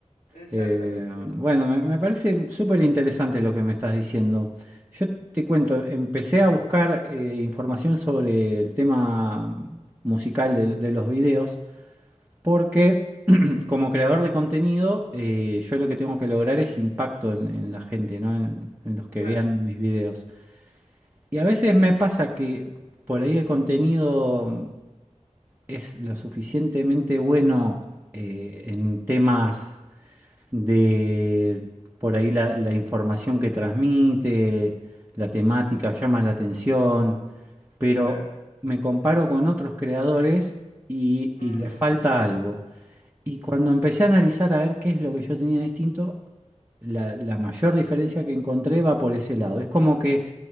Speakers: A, on the left (about 85°); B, on the right (about 15°).
A: Exactamente.
B: Eh, bueno, me, me parece súper interesante lo que me estás diciendo. Yo te cuento, empecé a buscar eh, información sobre el tema musical
A: Ujú.
B: del- de, los videos, porque <clears throat> como creador de contenido, eh, yo lo que tengo que lograr es impacto en, en la gente, ¿no? En, en los que
A: Claro,
B: vean mis videos. Y
A: sí,
B: a veces me pasa que por ahí el contenido es lo suficientemente bueno eh, en temas de por ahí la, la información que transmite, la temática llama la atención, pero
A: claro.
B: me comparo con otros creadores y,
A: Mm,
B: y le falta algo. Y cuando empecé a analizar a ver qué es lo que yo tenía distinto, la, la mayor diferencia que encontré va por ese lado. Es como que